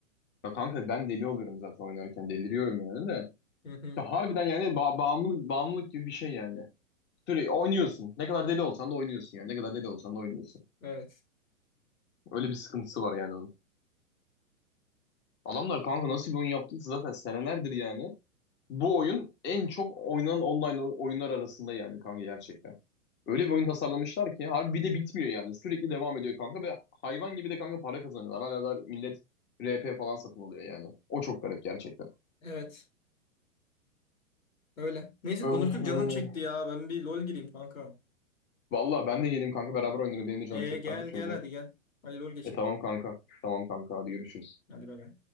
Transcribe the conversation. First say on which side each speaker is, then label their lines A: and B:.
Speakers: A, on the left (about 25°); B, on the left (about 75°).
A: Ya kanka ben deli oluyorum zaten oynarken deliriyorum yani de.
B: Hı hı.
A: Ya harbiden yani ba bağımlılık, bağımlılık gibi bir şey yani. Sürekli oynuyorsun. Ne kadar deli olsan da oynuyorsun yani. Ne kadar deli olsan da oynuyorsun.
B: Evet.
A: Öyle bir sıkıntısı var yani onun. Adamlar kanka nasıl bir oyun yaptıysa zaten senelerdir yani. Bu oyun en çok oynanan online oy- oyunlar arasında yani kanka gerçekten. Öyle bir oyun tasarlamışlar ki harbi bir de bitmiyor yani. Sürekli devam ediyor kanka ve hayvan gibi de kanka para kazanıyorlar. Hala da millet RP falan satın alıyor yani. O çok garip gerçekten.
B: Evet. Öyle. Neyse
A: Öh,
B: konuştuk
A: öh.
B: canım çekti ya. Ben bir LOL gireyim kanka.
A: Vallahi ben de geleyim kanka beraber oynarım. Benim de canım
B: Ee
A: çekti
B: gel
A: abi şimdi.
B: gel hadi gel. Hadi LOL geçek.
A: E tamam kanka. Tamam kanka hadi görüşürüz.
B: Hadi bay bay.